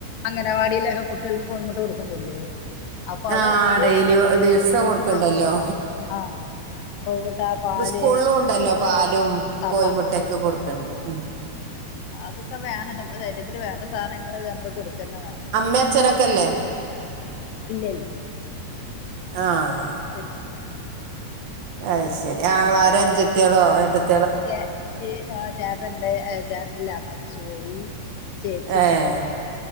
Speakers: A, on the left; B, on the right.
A: അംഗനവാടിയിലൊക്കെ കുട്ടികൾക്ക് കോഴിമുട്ട കൊടുക്കുന്നില്ലേ? അപ്പൊ അത്
B: ആ
A: അത്
B: ഡെയിലി ദിവസം കൊടുക്കണ്ടല്ലോ.
A: ആഹ് ആഹ് കോഴിമുട്ട പാല്
B: സ്കൂളിലും ഉണ്ടല്ലോ
A: പിന്നെ
B: പാലും
A: ആ
B: കോഴിമുട്ടയൊക്കെ
A: അതന്നെ
B: കൊടുക്കണ്ട്
A: ആ
B: ഉം
A: അതൊക്കെ വേണം നമ്മള് ശരീരത്തില് വേണ്ട സാധനങ്ങള് നമ്മള് കൊടുക്കന്നെ വേണം.
B: അമ്മഅച്ഛനൊക്കെല്ലേ
A: നമ്മക്ക് ഇല്ല ഇല്ല.
B: ആഹ്
A: ചനാണ്.
B: അയ്ശരി. ആങ്ങളാരോ അഞ്ചെത്തിയാളോ ഏട്ടത്തി
A: ചേ ചേട്ടണ്ട് ചേട്ടനല്ല മരിച്ചുപോയി. ചേച്ചിയുണ്ട്.
B: ഏഹ്